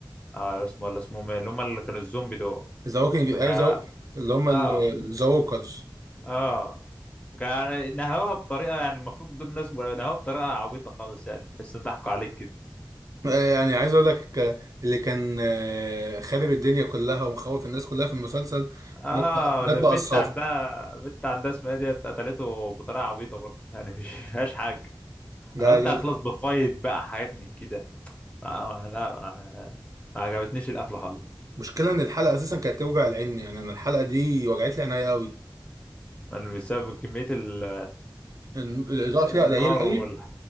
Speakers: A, on the left; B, on the right.
A: اه اسمه ولا اسمهم ايه اللي هم اللي كانوا الزومبي دول
B: ذا ووكينج ايوه
A: كا-
B: زو... اللي هم
A: اه
B: ذا ووكرز
A: اه كان نهوها بطريقه يعني المفروض دول الناس نهوها بطريقه عبيطه خالص يعني تحس ان ضحكوا عليك كده
B: آه، يعني عايز اقول لك آه، اللي كان آه، خارب الدنيا كلها ومخوف الناس كلها في المسلسل
A: اه
B: مات بقى مات
A: البت
B: بقى الصافي
A: عندها البت عندها اسمها إيه دي قتلته بطريقه عبيطه برضه يعني مش فيهاش حاجه
B: لا
A: انا قلت
B: لا،
A: هخلص بفايت بقى حاجات من كده آه لا ما ما عجبتنيش القفله خالص
B: المشكله ان الحلقه اساسا كانت توجع العين يعني انا الحلقه دي وجعت لي عينيا قوي
A: من- بسبب كميه ال
B: الن- الاضاءه فيها
A: النار
B: قليله قوي
A: وال...